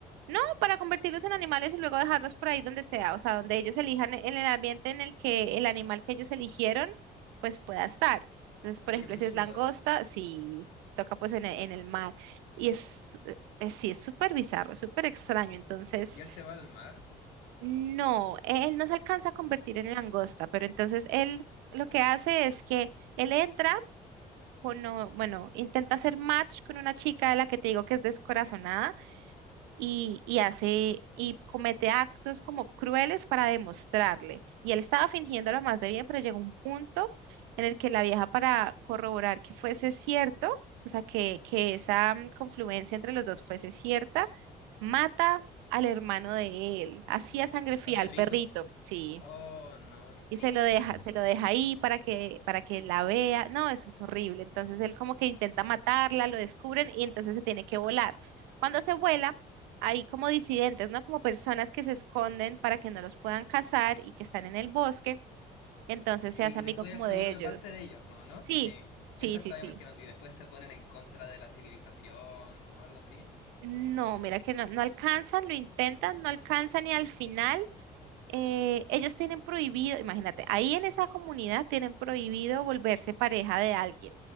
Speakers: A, on the right; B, on the left.
A: no, para convertirlos en animales y luego dejarlos por ahí donde sea, o sea, donde ellos elijan e- en el ambiente en el que el animal que ellos eligieron, pues pueda estar. Entonces, por
B: Oh,
A: ejemplo,
B: qué brígido.
A: si es langosta, sí, toca pues en el, en el mar. Y es, eh, sí, es súper bizarro, súper extraño. Entonces...
B: Y él se va al mar,
A: No, él no se alcanza a convertir en langosta, pero entonces él lo que hace es que él entra, con, o- bueno, intenta hacer match con una chica de la que te digo que es descorazonada y, y hace y comete actos como crueles para demostrarle. Y él estaba fingiéndolo más de bien, pero llegó un punto en el que la vieja para corroborar que fuese cierto, o sea, que, que esa mm, confluencia entre los dos fuese cierta, mata al hermano de él, así a sangre fría,
B: al perrito.
A: al perrito, sí
B: Oh, no, qué triste.
A: y se lo deja, se lo deja ahí para que, para que la vea. No, eso es horrible. Entonces él como que intenta matarla, lo descubren y entonces se tiene que volar. Cuando se vuela, hay como disidentes, ¿no? Como personas que se esconden para que no los puedan cazar y que están en el bosque. Entonces
B: Y
A: se hace amigo
B: después
A: como
B: él se
A: de
B: vuelve
A: ellos.
B: parte de ellos, ¿no? ¿No?
A: Sí,
B: Sí,
A: sí,
B: eso estaba
A: sí, sí.
B: imaginando. Y después se ponen en contra de la civilización o algo así.
A: No, mira que no, no alcanzan, lo intentan, no alcanzan y al final eh, ellos tienen prohibido, imagínate, ahí en esa comunidad tienen prohibido volverse pareja de alguien.